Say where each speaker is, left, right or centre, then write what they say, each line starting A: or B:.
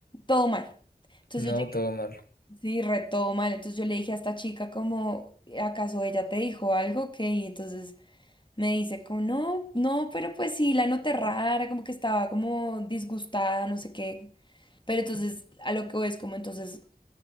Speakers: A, on the left; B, on the left.
A: todo mal. Entonces
B: No,
A: yo
B: todo mal.
A: Sí, retó mal. Entonces yo le dije a esta chica como, ¿acaso ella te dijo algo? que Y entonces me dice como, no, no, pero pues sí, la noté rara, como que estaba como disgustada, no sé qué. Pero entonces a lo que voy es como, entonces